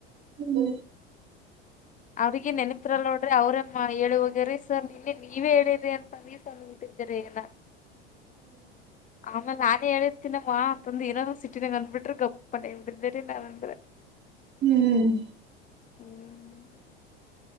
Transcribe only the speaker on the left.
ಅವ್ರಿಗೆ ನೆನ್ಪಿಲ್ಲ ನೋಡ್ರಿ ಅವ್ರೇ ಹೇಳುವೋಗ್ಯಾರೀ ಸರ್ ನಿನ್ನೆ ನೀವೇ ಹೇಳಿರಿ ಅಂತ ನೀ <unintelligible> ಏನ ಆಮೇಲೆ ನಾನೇ ಹೇಳಿರ್ತೀನಮ್ಮ ಅಂತಂದು ಏನ ಸಿ <unintelligible> ಅಂದ್ ಬಿಟ್ರೆ ಗಪ್ಪನ ಬಿದ್ದೇರಿ ನಾನ್ ಅಂದ್ರೆ.
ಹ್ಮ್